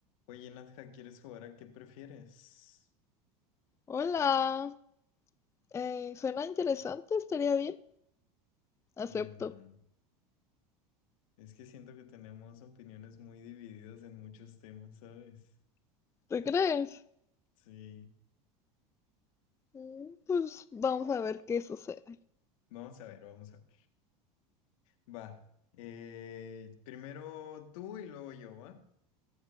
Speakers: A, on the left; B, on the left.
A: Oye, Nadja, ¿quieres jugar a qué prefieres?
B: Hola, eh, suena interesante, estaría bien. Acepto.
A: Mm, es que siento que tenemos opiniones muy divididas en muchos temas, ¿sabes?
B: ¿Te crees?
A: Sí.
B: Mm, Pues vamos a ver qué sucede.
A: Vamos a ver, vamos a ver. Va. eh, primero tú y luego yo, ¿va?